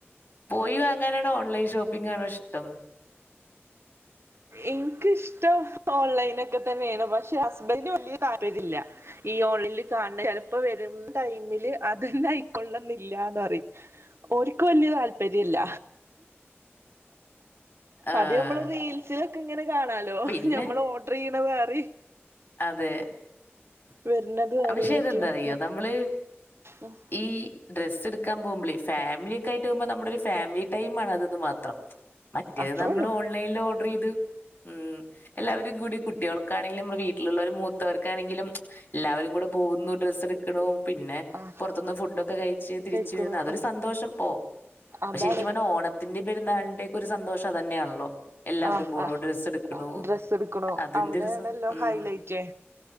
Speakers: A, on the left; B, on the right.
A: പോയി വാങ്ങാനാണോ ഓൺലൈൻ ഷോപ്പിങ്ങാണോ ഇഷ്ടം
B: ഇൻക്ക് ഇഷ്ടം ഓൺലൈനൊക്കെതന്നെണ് പക്ഷെ ഹസ്ബന്ഡന് വലിയ താല്പര്യ ഇല്ല ഈ ഓണിൽ കാൺണ ചിലപ്പോ വരും ടൈമില് അതന്നെ ആയിക്കൊള്ളുന്നില്ലാന്ന് പറയും ഓല്ക്ക് വലിയ താല്പര്യ താല്പര്യല്ല
A: ആഹ്
B: അത് നമ്മള് റീൽസിലൊക്കെ ഇങ്ങനെ കാണാം ഹലോ
A: പിന്നെ
B: ഞമ്മൾ ഓർഡർ ചെയ്യണ വെറിം
A: അതെ
B: വരുന്നത് വേറായിറ്റു
A: പക്ഷെ ഇതെന്താറിയോ
B: ഉം
A: നമ്മള്
B: ഉം
A: ഈ ഡ്രസ്സ് എടുക്കാൻ പോകുമ്പോളേ ഫാമിലിയൊക്കെ ആയിട്ട് പോകുമ്പോ നമ്മുടെ ഒരു ഫാമിലി ടൈം ആണന്നത് മാത്രം മറ്റേത്
B: അത്രേ
A: നമ്മള്
B: ഉള്ളു
A: ഓൺലൈനിൽ ഓർഡർ ചെയ്ത് ഉം എല്ലാവരും കൂടി കുട്ട്യോൾക്കാനെങ്കിലും വീട്ടിലുള്ളവർ മൂത്തവർക്കാണെങ്കിലും എല്ലാവരും കൂടെ പോകുന്നു ഡ്രസ്സ് എടുക്കണു പിന്നെ
B: ആ
A: പുറത്തുന്ന് ഫുഡൊക്കെ കഴിച്ച് തിരിച്ച്
B: കഴിക്കണു
A: വരുന്ന് അതൊരു സന്തോഷം പോ ഇപ്പൊ
B: അതാണ്
A: ശരിക്കും പറഞ്ഞ ഓണത്തിന്റെ പെരുന്നാളിന്റെ ഒക്കെ ഒരു സന്തോഷം അതന്നെയാണല്ലോ എല്ലാവരും
B: ആ
A: പോണു
B: ആ
A: ഡ്രെസ്സ് എടുക്കണു
B: ഡ്രസ്സ് എടുക്കണു
A: അതിന്റെ
B: അവിടെയാണല്ലോ
A: ഒരു സന്തോ ഉം
B: ഹൈലൈറ്റ്